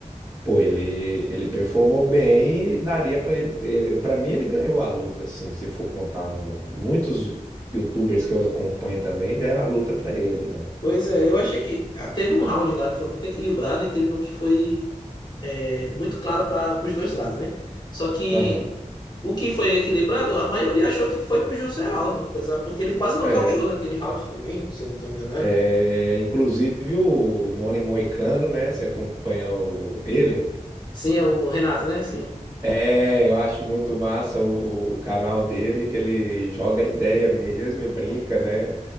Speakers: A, on the right; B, on the left.
A: Pô, ele, ele performou bem e daria pra ele. Para mim, ele ganhou a luta, assim, se for contar no- muitos YouTubers que eu acompanho também deram a luta pra ele, né?
B: Pois é, eu achei que. ah, Teve um round lá que foi muito equilibrado e teve um que foi é, muito claro para os dois lados, né? Só que
A: Aham.
B: o que foi equilibrado, a maioria achou que foi pro José Aldo, apesar porque ele quase nocauteou
A: É.
B: naquele round também, se eu não estou enganado.
A: É, inclusive o Money Moicano, né? Você acompanha o- ele?
B: Sim, é o Renato, né? Sim.
A: É, eu acho muito massa o, o, o canal dele, que ele joga a ideia mesmo e brinca, né?